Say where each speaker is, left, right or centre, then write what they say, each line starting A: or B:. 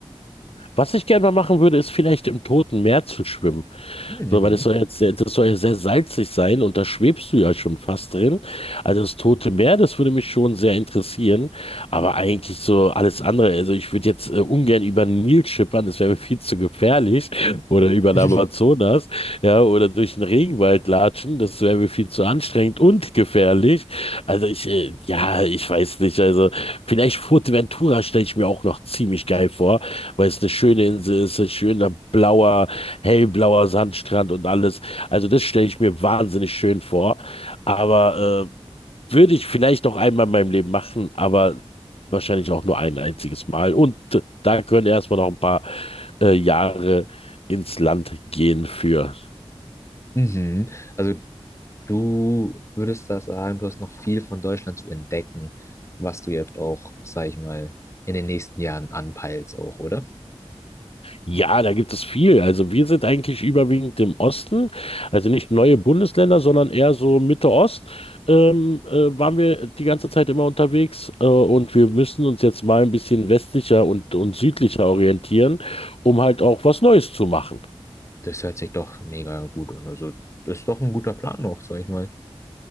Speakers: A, on the left (about 65°); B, on the left (about 25°).
A: Was ich gerne mal machen würde, ist vielleicht im Toten Meer zu schwimmen.
B: Hm,
A: So, weil das soll jetzt sehr, das soll ja sehr salzig sein und da schwebst du ja schon fast drin. Also das Tote Meer, das würde mich schon sehr interessieren. Aber eigentlich so alles andere. Also ich würde jetzt äh, ungern über den Nil schippern, das wäre mir viel zu gefährlich. <laughs> Oder über
B: Mhm.
A: den Amazonas,
B: <laughs>
A: ja, oder durch den Regenwald latschen, das wäre mir viel zu anstrengend und gefährlich. Also ich, äh, ja, ich weiß nicht. Also vielleicht Fuerteventura stelle ich mir auch noch ziemlich geil vor, weil es eine schöne Insel ist, ein schöner blauer hellblauer Sandstrand und alles. Also das stelle ich mir wahnsinnig schön vor. Aber äh, würde ich vielleicht noch einmal in meinem Leben machen, aber wahrscheinlich auch nur ein einziges Mal. Und da können erstmal noch ein paar äh, Jahre ins Land gehen für.
B: Mhm. Also du würdest da sagen, du hast noch viel von Deutschland zu entdecken, was du jetzt auch, sag ich mal, in den nächsten Jahren anpeilst auch, oder?
A: Ja, da gibt es viel. Also wir sind eigentlich überwiegend im Osten, also nicht neue Bundesländer, sondern eher so Mitte Ost. Ähm, äh, waren wir die ganze Zeit immer unterwegs äh, und wir müssen uns jetzt mal ein bisschen westlicher und, und südlicher orientieren, um halt auch was Neues zu machen.
B: Das hört sich doch mega gut an. Also das ist doch ein guter Plan noch, sag ich mal.